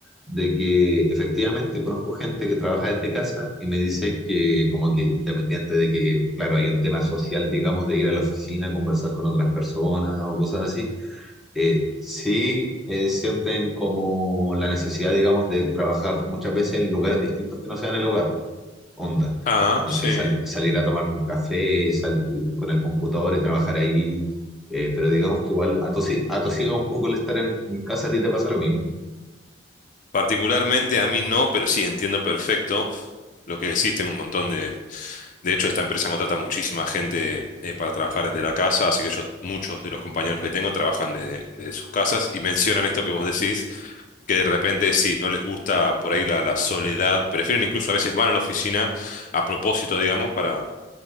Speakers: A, in the centre; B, on the left.
A: de que efectivamente conozco gente que trabaja desde casa y me dice que como que independiente de que, claro, hay un tema social, digamos, de ir a la oficina, conversar con otras personas o cosas así, eh, sí eh, sienten como la necesidad, digamos, de trabajar muchas veces en lugares distintos que no sean el hogar onda.
B: Ah,
A: No
B: sí.
A: sé, sal- salir a tomarte un café, sal- ir con el computador y trabajar ahí. Eh, pero digamos que igual atosi- atosiga un poco el estar en, en casa, ¿a ti te pasa lo mismo?
B: Particularmente a mí no, pero sí entiendo perfecto lo que existen un montón de... De hecho, esta empresa contrata muchísima gente eh, para trabajar desde la casa, así que yo, muchos de los compañeros que tengo trabajan desde, desde sus casas y mencionan esto que vos decís, que de repente si no les gusta por ahí la, la soledad, prefieren incluso a veces van a la oficina a propósito, digamos, para,